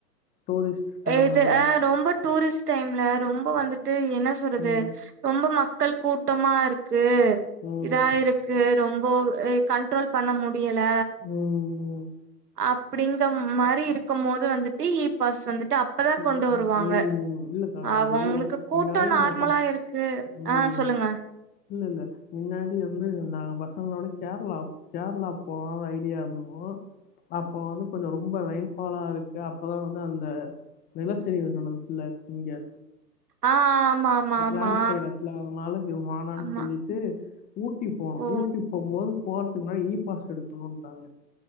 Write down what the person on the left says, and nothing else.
டூரிஸ்ட் டைம்லங்க
ம்
ம்
ம்
ம்
ம் இல்லக்கா
அது
மின்னாடி
நாங்க பா
ம்
இல்ல இல்ல முன்னாடி வந்து நாங்க பசங்களோட கேரளா கேரளா போலான் ஐடியால இருந்தோ அப்ப வந்து கொஞ்சோ ரொம்ப ரைன்ஃபாலா இருக்கு அப்பதா வந்து அந்த நிலச்சரிவுதான ஃபுல்லா இங்க
லாண்ட்ஸ்லைடுச்சுல அதனால இப்டி வானான்
சொல்லிட்டு ஊட்டி போனோ
ஊட்டி போம்போது போறதுக்கு முன்னாடி இ பாஸ் எடுக்கணுன்ட்டாங்க